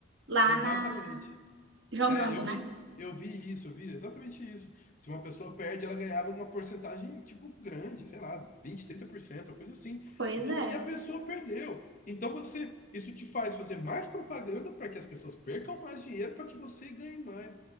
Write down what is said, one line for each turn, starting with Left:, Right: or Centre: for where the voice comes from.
Right: lá
Left: exatamente.
Right: na, jogando,
Left: É, eu
Right: né?
Left: vi, eu vi isso, eu vi exatamente isso. Se uma pessoa perde, ela ganhava uma porcentagem, tipo, grande, sei lá, vinte trinta por cento uma coisa assim,
Right: Pois
Left: do
Right: é.
Left: que a pessoa perdeu. Então você, isso te faz fazer mais propaganda para que as pessoas percam mais dinheiro, para que você ganhe mais.